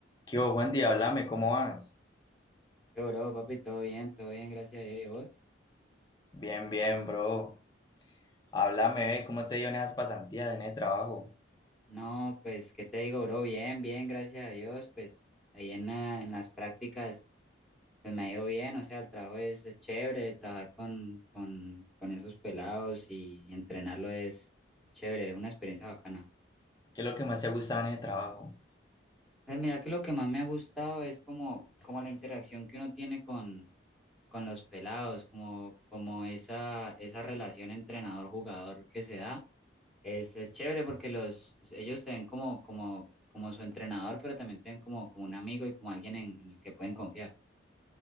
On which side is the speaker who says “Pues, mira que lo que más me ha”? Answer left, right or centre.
Centre